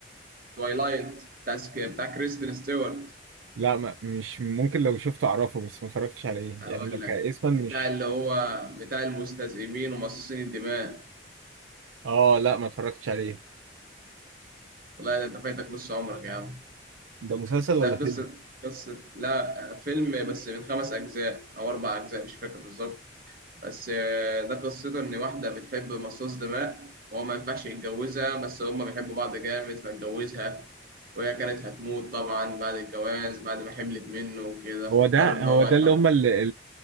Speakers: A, on the right; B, on the right.
A: توايلايت بتاع بتاع كريستين ستيوارت
B: لا ما مش ممكن لو شفته أعرفه بس ما اتفرجتش عليه
A: هقول
B: يعني أنا كاسما
A: لك
B: مش
A: بتاع اللي هو بتاع المستذئبين ومصاصين الدماء
B: آه لا ما اتفرجتش عليه
A: والله ده انت فايتك نص عمرك يا عم
B: ده مسلسل
A: ده
B: ولا
A: قصة
B: فيلم؟
A: قصة لا فيلم بس من خمس أجزاء أو أربع أجزاء مش فاكر بالظبط بس آه، ده قصته إن واحدة بتحب مصاص دماء وهو ما ينفعش يتجوزها بس هما بيحبوا بعض جامد فاتجوزها وهي كانت هتموت طبعا بعد الجواز بعد ما حملت منه وكده فاضطر
B: هو ده
A: إن
B: هو
A: هو
B: ده
A: يحاول
B: اللي هم اللي,